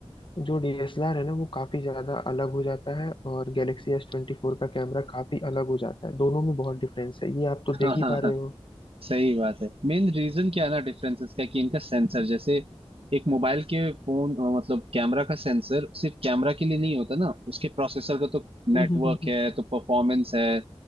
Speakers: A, on the left (about 50°); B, on the right (about 60°).
A: जो डीएसएलआर है ना वो काफी ज्यादा अलग हो जाता है और गैलेक्सी एस ट्वेंटी फोर का कैमरा काफी अलग हो जाता है दोनों में बहुत डिफरेंस है ये आप तो
B: हाँ
A: देख ही
B: हाँ
A: पा रहे
B: हाँ
A: हो
B: सही बात है मेन रीजन क्या है ना डिफरेंसेस का कि इनका सेंसर जैसे एक मोबाइल के फोन अ, मतलब कैमरा का सेंसर सिर्फ कैमरा के लिए नहीं होता ना उसके प्रोसेसर का तो नेटवर्क
A: हम्म हम्म हम्म हम्म।
B: है तो परफॉर्मेंस है